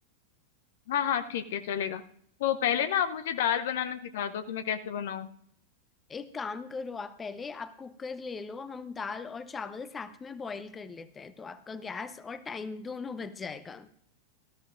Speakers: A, on the left; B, on the left.
A: हाँ हाँ ठीक है चलेगा तो पहले ना आप मुझे दाल बनाना सिखा दो कि मैं कैसे बनाऊं
B: एक काम करो आप पहले आप कुकर ले लो हम दाल और चावल साथ में बॉईल कर लेते हैं तो आपका गैस और टाइम दोनों बच जाएगा